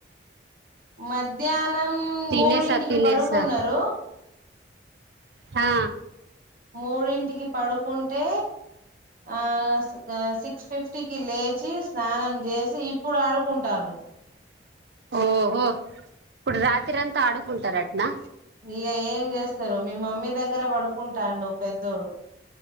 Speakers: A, on the right; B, on the right.
A: మధ్యాహ్నం
B: తినేసా
A: మూడింటికి
B: తినేసా
A: పడుకున్నారు.
B: హా.
A: మూడింటికి పడుకుంటే ఆ సిక్స్ ఫిఫ్టీకిి లేచి స్నానం చేసి ఇప్పుడు ఆడుకుంటా ఆ
B: ఓహో ఇప్పుడు రాత్రి అంతా ఆడుకుంటారు అటనా
A: ఇగ ఏం చేస్తారు మీ మమ్మీ దగ్గర పడుకుంటాడు పెద్దోడు